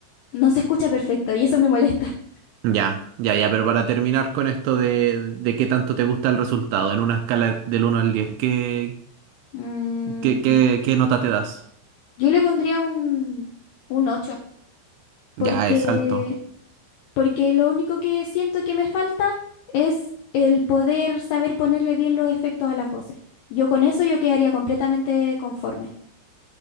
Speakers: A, on the left; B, on the right.
A: no se escucha perfecto y eso me molesta.
B: Ya, ya, ya, pero para terminar con esto de, de qué tanto te gusta el resultado, en una escala del uno al 10, ¿qué,
A: Mm,
B: qué, qué, qué nota te das?
A: yo le pondría un, un ocho
B: Ya,
A: porque,
B: es alto.
A: porque lo único que siento que me falta es el poder saber ponerle bien los efectos a las voces. Yo con eso yo quedaría completamente conforme.